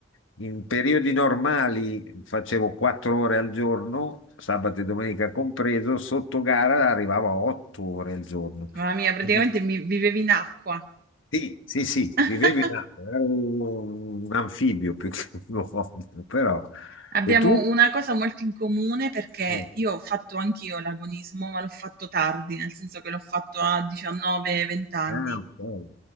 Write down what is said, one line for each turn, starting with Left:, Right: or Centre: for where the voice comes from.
Left: in periodi normali facevo 4 ore al giorno, sabato e domenica compreso, sotto gara arrivavo a 8 ore al giorno.
Right: Mamma mia, praticamente
Left: Quindi-
Right: mi vivevi in acqua.
Left: Sì, sì, sì,
Right: <laughs>
Left: vivevo in acqua, ero un anfibio più che un uomo, però.
Right: Abbiamo
Left: E tu?
Right: una cosa molto in comune perché
Left: Eh,
Right: io ho fatto anch'io l'agonismo, ma l'ho fatto tardi, nel senso che l'ho fatto a 19-20 anni.
Left: ah, ok.